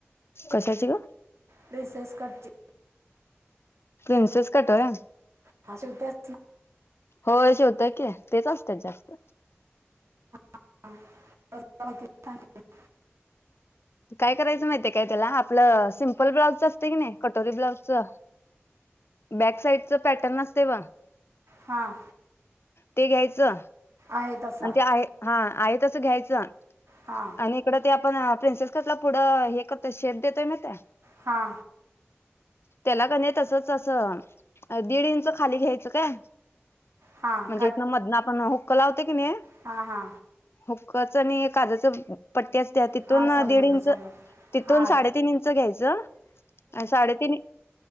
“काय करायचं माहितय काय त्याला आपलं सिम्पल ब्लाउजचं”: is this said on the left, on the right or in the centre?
Left